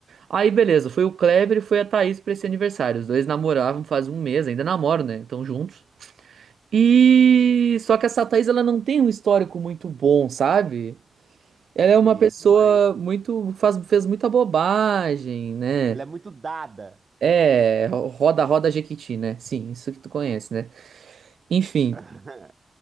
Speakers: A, on the right; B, on the right.
A: Aí, beleza, foi o Kleber e foi a Thaís pra esse aniversário. Os dois namoravam faz um mês, ainda namoram, né? Estão juntos. E só que essa Thaís, ela não tem um histórico muito bom, sabe? Ela
B: Sei
A: é uma pessoa
B: demais.
A: muito faz fez muita bobagem, né?
B: Ela é muito dada.
A: É, ro- roda roda Jequiti, né? Sim, isso que tu conhece, né? Enfim,
B: <laughs>